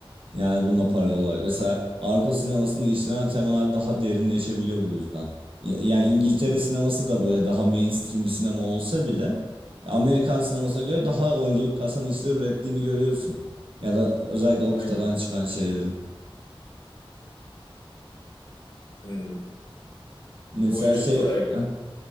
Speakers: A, on the right; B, on the left.
A: Yani bununla paralel
B: hmm, hmm,
A: olarak. Mesela Avrupa sinemasında işlenen temalar daha derinleşebiliyor bu yüzden. Ya- Yani İngiltere
B: evet.
A: sineması da böyle daha mainstream bir sinema olsa bile Amerikan sinemasına göre daha oyunculuk kasan işler ürettiğini görüyorsun. Ya da özellikle o
B: Aynen.
A: kıtadan çıkan şeylerin.
B: Hmm.
A: Mesela
B: Oyunculuk
A: şey...
B: olarak
A: Heh.